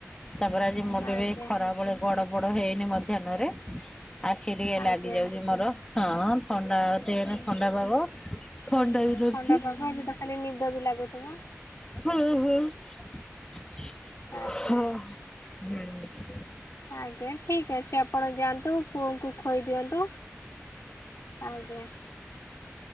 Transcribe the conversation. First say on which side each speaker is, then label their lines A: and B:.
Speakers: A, on the left; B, on the left.
A: ତାପରେ ଆଜି ମୁଁ ବି
B: ଆଜ୍ଞା
A: ବି ଖରାବୋଳେ ଗଡ ପଡ ହେଇନି ମଧ୍ୟାହ୍ନରେ। ଆଖି ଟିକେ
B: ଆଜ୍ଞା
A: ଲାଗି ଯାଉଚି ମୋରୋ ହଁ ଥଣ୍ଡା ଟିକେ
B: ହୁଁ
A: ଏଇନା ଥଣ୍ଡା ପାଗ। ଥଣ୍ଡା
B: ଆଜ୍ଞା
A: ବି ଦର୍
B: ଥଣ୍ଡା ପାଗ ଏବେ ତ ଖାଲି ନିଦ ବି ଲାଗୁଥୁବ?
A: <unintelligible> ହୁଁ।
B: ଆଜ୍ଞା ଆଜ୍ଞା ଠିକ୍ ଅଛି ଆପଣ ଯାଆନ୍ତୁ ପୁଅଙ୍କୁ ଖୋଇଦିଅନ୍ତୁ। ଆଜ୍ଞା।